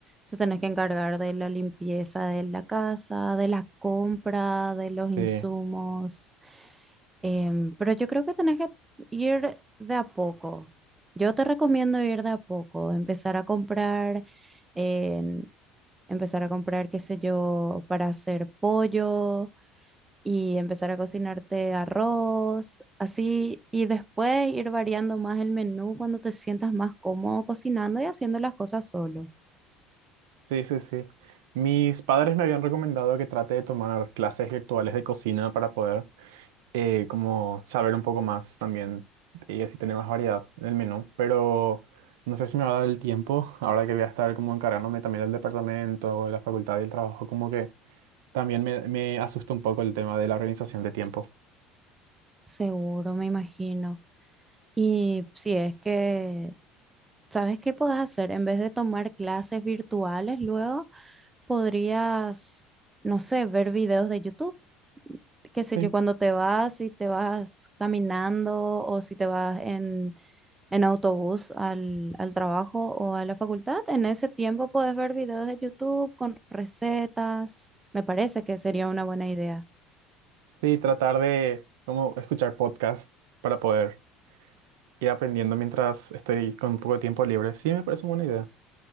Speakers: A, on the right; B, on the right.
A: Te tenés que encargar de la limpieza de la casa, de la compra, de los insumos.
B: Sí,
A: Em, pero yo creo que tenés que ir de a poco. Yo te recomiendo ir de a poco, empezar a comprar, em, empezar a comprar, qué sé yo, para hacer pollo y empezar a cocinarte arroz, así, y después ir variando más el menú cuando te sientas más cómodo cocinando y haciendo las cosas solo.
B: sí, sí, sí. Mis padres me habían recomendado que trate de tomar clases virtuales de cocina para poder. eh, como saber un poco más también y así tener más variedad en el menú, pero no sé si me va a dar el tiempo, <laughs> ahora que voy a estar como encargándome también del departamento, de la facultad y el trabajo, como que también me, me asusta un poco el tema de la organización de tiempo.
A: Seguro, me imagino. Y si es que ¿Sabes qué podés hacer? En vez de tomar clases virtuales, luego podrías, no sé, ver videos de YouTube. Qué sé
B: Sí.
A: yo, cuando te vas, si te vas caminando o si te vas en, en autobús al, al trabajo o a la facultad, en ese tiempo puedes ver videos de YouTube con recetas. Me parece que sería una buena idea.
B: Sí, tratar de como escuchar podcast para poder ir aprendiendo mientras estoy con un poco de tiempo libre. Sí, me parece una buena idea.